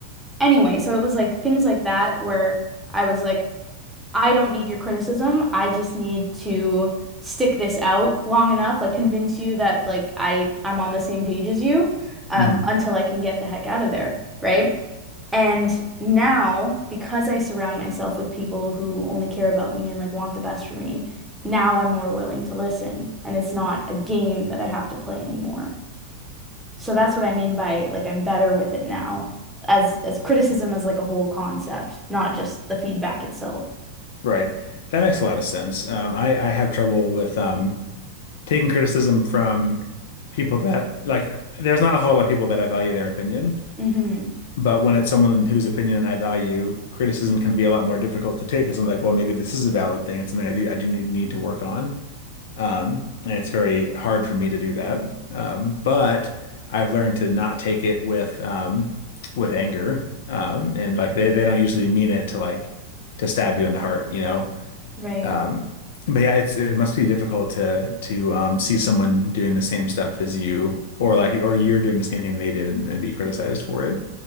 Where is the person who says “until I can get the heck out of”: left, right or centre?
Centre